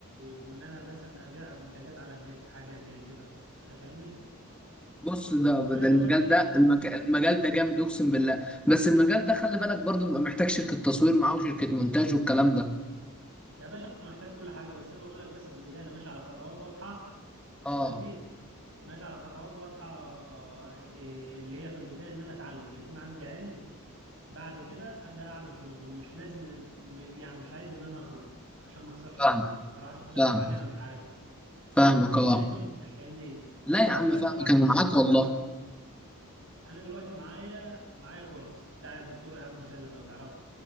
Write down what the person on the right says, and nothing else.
وإن أنا مثلا أبيع منتجات على النت حاجة زي كده أنت فاهمني؟
فانا
دلوقتي
ايه
يا باشا محتاج كل حاجه بس انا بقول لك بس في البدايه انا ماشي على خطوات واضحه انت
فاهمني ماشي على خطوات واضحه إيه اللي هي في البدايه ان انا اتعلم يكون عندي علم بعد كده ابدا اعمل شغل مش لازم م- يعني مش عايز ان انا اغلط عشان ما اخسرش فلوس
اروح اشتغل
في حاجه انا مش عارفها
فاهمني ولا انت مش فاهمني
فدلوقتي
انا بعمل
ايه
انا م- انا دلوقتي معايا معايا كورس بتاع الدكتور ايهاب مسلم لو تعرفه